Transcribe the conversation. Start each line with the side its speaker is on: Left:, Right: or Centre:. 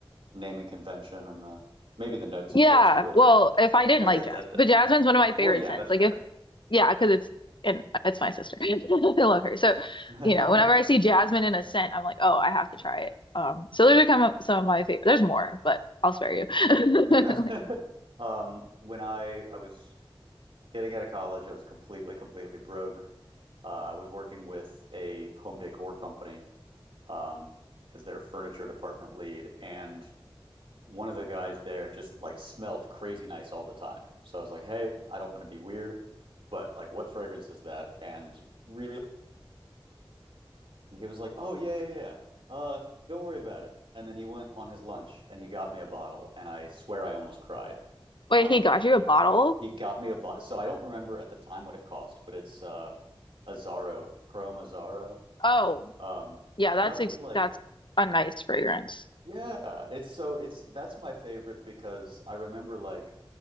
Right: naming convention and the maybe the notes,
Left: yeah.
Right: of course, but
Left: Well, if I didn't
Right: I
Left: like
Right: get
Left: jasmine,
Right: that though.
Left: but jasmine's one of my favorite
Right: Well, yeah,
Left: scents.
Right: that's
Left: Like
Right: fair.
Left: if yeah, because it's and it's my sister. <laughs> I love her. So,
Right: <laughs>
Left: you know, whenever I see jasmine in a scent, I'm like, oh, I have to try it. Um, so those are kind of some of my favorite. There's more, but I'll spare you.
Right: When I, <laughs>
Left: <laughs>
Right: um when I I was getting out of college, I was completely, completely broke. Uh, I was working with a home decor company Um, as their furniture department lead. And one of the guys there just like smelled crazy nice all the time. So I was like, hey, I don't want to be weird, but like, what fragrance is that? And really, he was like, oh, yeah, yeah, yeah. Uh, don't worry about it. And then he went on his lunch and he got me a bottle. And I swear I almost cried.
Left: Wait,
Right: Um,
Left: he got
Right: Wait,
Left: you
Right: he
Left: a
Right: got
Left: bottle?
Right: you a he got me a bottle. So I don't remember at the time what it cost, but it's uh, Azaro, Chrome Azaro.
Left: Oh,
Right: Um,
Left: Yeah, that's
Right: nothing
Left: ex
Right: like
Left: that's a nice fragrance.
Right: Yeah, it's so it's that's my favorite because I remember like